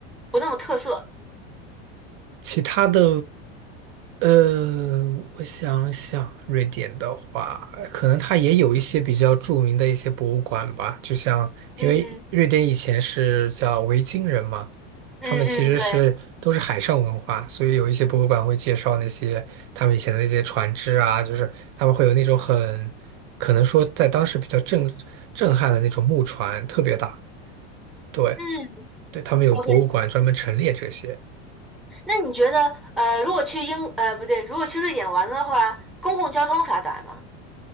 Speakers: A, in the centre; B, on the right (about 40°).
A: 不那么特色。
B: 其他的，呃，我想想，瑞典的话，可能它也有一些比较著名的一些博物馆吧，就像因为瑞典以前是叫维京人嘛，
A: 嗯嗯嗯，
B: 他们其实是都是海上文化，
A: 对，
B: 所以有一些博物馆会介绍那些他们以前的那些船只啊，就是他们会有那种很可能说在当时比较震震撼的那种木船，特别大，对
A: 嗯
B: 对，他们有博物馆专门陈列这些。
A: ，OK。那你觉得，呃，如果去英，呃，不对，如果去瑞典玩的话，公共交通发达吗？